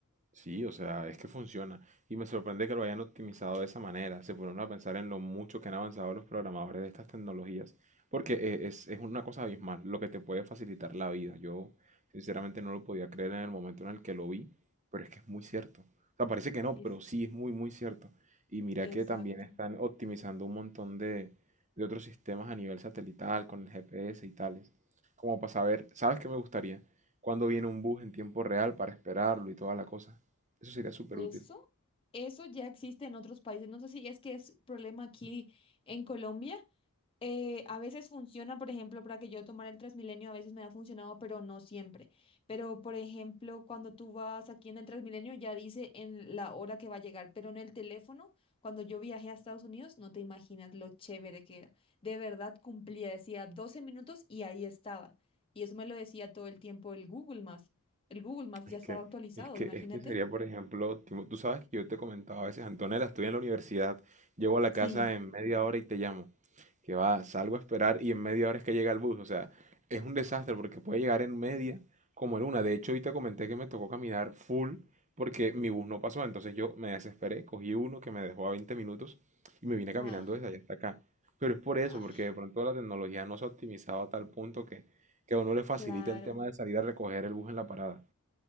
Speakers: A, on the right (about 35°); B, on the left (about 25°).
A: Sí, o sea, es que funciona. Y me sorprende que lo hayan optimizado de esa manera. Se ponen a pensar en lo mucho que han avanzado los programadores de estas tecnologías. Porque eh, es, es una cosa abismal, lo que te puede facilitar la vida. Yo sinceramente no lo podía creer en el momento en el que lo vi, pero es que es muy cierto. O sea, parece que no,
B: Es,
A: pero sí es muy, muy cierto. Y mira
B: Exacto.
A: que también están optimizando un montón de, de otros sistemas a nivel satelital, con el GPS y tales. Como para saber, ¿sabes qué me gustaría? ¿Cuándo viene un bus en tiempo real para esperarlo y toda la cosa? Eso sería súper
B: Eso,
A: útil.
B: eso ya existe en otros países. No sé si es que es problema aquí en Colombia. Eh, a veces funciona, por ejemplo, para que yo tomara el Transmilenio, a veces me ha funcionado, pero no siempre. Pero, por ejemplo, cuando tú vas aquí en el Transmilenio, ya dice en la hora que va a llegar, pero en el teléfono, cuando yo viajé a Estados Unidos, no te imaginas lo chévere que era. De verdad cumplía, decía 12 minutos y ahí estaba. Y eso me lo decía todo el tiempo el Google Maps. El Google Maps
A: Es
B: ya estaba
A: que,
B: actualizado,
A: es que,
B: imagínate.
A: es que sería, por ejemplo, tipo, tú sabes que yo te comentaba a veces, Antonella, estoy en la universidad, llego a la
B: Sí.
A: casa en media hora y te llamo. que va, salgo a esperar y en media hora es que llega el bus. O sea, es un desastre porque puede llegar en media como en una. De hecho, hoy te comenté que me tocó caminar full porque mi bus no pasó. Entonces yo me desesperé, cogí uno que me dejó a 20 minutos y me vine caminando
B: Ah,
A: desde allá hasta acá. Pero es por eso,
B: ay,
A: porque de pronto la tecnología no se ha optimizado a tal punto que, que a uno le facilita
B: claro.
A: el tema de salir a recoger el bus en la parada.